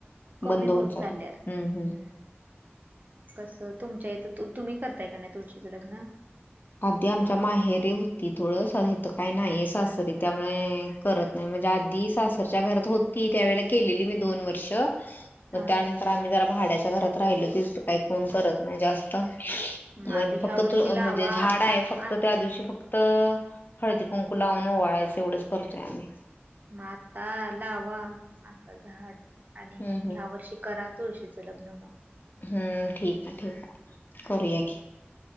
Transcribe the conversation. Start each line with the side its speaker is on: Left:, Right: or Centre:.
Right: कमी
Left: बंद
Right: होत
Left: चालत
Right: चालल्यात.
Left: हम्म हम्म
Right: हं. कसं तुमच्या इथं तू तुम्ही करताय का नाही तुळशीचं लग्न?
Left: आधी आमच्या माहेरीे होती तुळस. आता इथं काही नाहीये सासरी त्यामुळे, करत नाही. म्हणजे आधी सासरच्या घरात होती त्या वळेला केलेली मी दोन वर्ष.
Right: हा
Left: तर त्यानंतर
Right: हा
Left: आम्ही जरा भाड्याच्या घरात राहिलो. तीथ तर काही कोण करत नाही जास्त.
Right: मग
Left: नही
Right: आता ह्या
Left: फक्त
Right: वर्षी
Left: तू
Right: लावा
Left: म्हणजे झाड आहे फक्त.
Right: आ
Left: त्या दिवशी फक्त त हळदी कुंकू लावून ओवाळायचं. एवढंच करतोय आम्ही.
Right: म आता लावा आता झाड आणि
Left: हं हं.
Right: ह्या वर्षी करा तुळशीचं लग्न मग.
Left: हं. ठीक आहे ठीक आहे. करूया की.